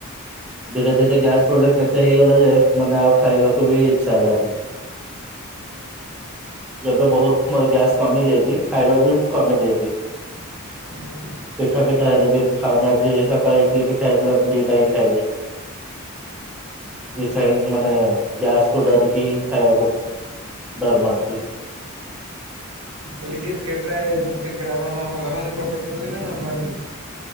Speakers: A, in the centre; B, on the right.
A: ଧୀରେ ଧୀରେ ଗ୍ୟାସ୍ ପ୍ରୋବ୍ଲେମ୍ ଏତେ ହେଇଗଲା ଯେ ମାନେ ଆଉ ଖାଇବାକୁ ବି ଇଚ୍ଛା ହେଲାନି। ହ ଯେବେ ବହୁତ ମୋର ଗ୍ୟାସ୍ କମି ଯାଇଚି ଖାଇବା ବି ମୁଁ କମେଇ ଦେଇଚି।
B: ଓହୋ।
A: ପିଠା ପିଠା ହେଲେ ବି ମୁଁ ଖାଉନି ଆଜି ସକାଳେ ଇଟଲି ପିଠା ହେଇଥିଲା ଦିଟା ଇଁ ଖାଇଲି। ଇଚ୍ଛା ହିଁ ମାନେ ଗ୍ୟାସ୍ କୁୁ ଡରିକି ହିଁ ଖାଇବାକୁ ଡର ମାଡ଼ୁଚି।
B: କଇଲି କ୍ରିକେଟ୍ ରେ କ୍ରିକେଟ୍ ଆପଣ କଣ ଭଲ ପାଆନ୍ତି ପ୍ରଫେସନାଲି ନାଁ ନର୍ମାଲି?